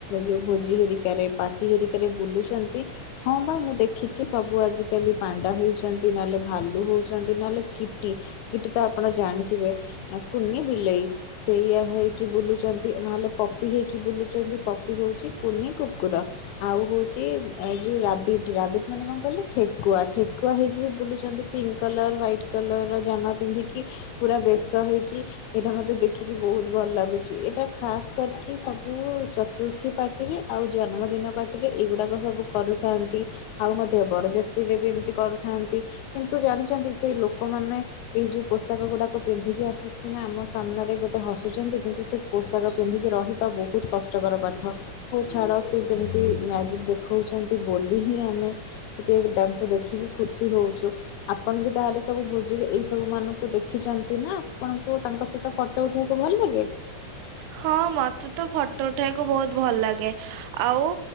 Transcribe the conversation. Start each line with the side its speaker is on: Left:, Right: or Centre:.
Left: ଯୋଉ ଭୋଜି ହେରିକାରେ ପାର୍ଟି ହେରିକା ରେ ବୁଲୁଚନ୍ତି ହଁ ବା ମୁଁ ଦେଖିଚି ସବୁ ଆଜିକାଲି ପାଣ୍ଡା ହଉଚନ୍ତି ନହଲେ ଭାଲୁ ହ ଉଚନ୍ତି ନହେଲେ କିଟି, କିଟି ତ ଆପଣ ଜାଣିଥିବେ କୁନି ବିଲେଇ ସେଇଆ ହେଇକି ବୁଲୁଚନ୍ତି ନହେଲେ ପପି ହେଇକି ବୁଲୁଚନ୍ତି। ପପି ହଉଚି କୁନି କୁକୁର ଆଉ ହୋଉଚି ଏ ଯୋଉ ରାବିଟ, ରାବିଟ ମାନେ କଣ କହିଲ ଠେକୁଆ, ଠେକୁଆ ହେଇକି ବି ବୁଲୁଚନ୍ତି pink colour, white colour ର ଜାମା ପିନ୍ଧିକି, ପୁରା ବେଶ ହେଇକି, ଏଇଟା ମତେ ଦେଖିକି ବହୁତ ଭଲ ଲାଗୁଚି । ଏଇଟା ଖାସ୍ କରିକି ସବୁ ଚତୁର୍ଥୀ ପାର୍ଟିରେ ଆଉ ଜନ୍ମଦିନ ପାର୍ଟିରେ ଏଇଗୁଡାକ ସବୁ କରୁଥାନ୍ତି। ଆଉ ମଧ୍ୟ ବରଯାତ୍ରୀରେ ବି ଏମିତି କରୁଥାନ୍ତି କିନ୍ତୁ ଜଣେ ଅଛନ୍ତି ସେଇ ଲୋକମାନେ ଏଇ ଯୋଉ ପୋଷାକ ଗୁଡାକ ପିନ୍ଧିକି ଆସିକି ସିନା ଆମ ସାମ୍ନାରେ ଗୋଟେ ହସ ପିଛନ୍ତି କିନ୍ତୁ ସେ ପୋଷାକ ପିନ୍ଧିକି ରହିବା ବହୁତ କଷ୍ଟକର ପାଠ। ହଉ ଛାଡ ସେ ଯେମିତି ମ୍ୟାଜିକ ଦେଖ ହଉଛନ୍ତି ବୋଲି ହିଁ ଆମେ ଟିକେ ତାଙ୍କୁ ଦେଖିକି ଖୁସି ହଉଛୁ ଆପଣ ବି ତାହେଲେ ସବୁ ଭୋଜିରେ ଏଇ ସବୁ ମାନଙ୍କୁ ଦେଖିଛନ୍ତି ନା, ଆପଣଙ୍କୁ ତାଙ୍କ ସହିତ ଫଟୋ ଉଠେଇବାକୁ ଭଲ ଲାଗେ?
Right: ହଁ ମତେ ତ ଫଟୋ ଉଠେଇବାକୁ ବହୁତ ଭଲ ଲାଗେ, ଆଉ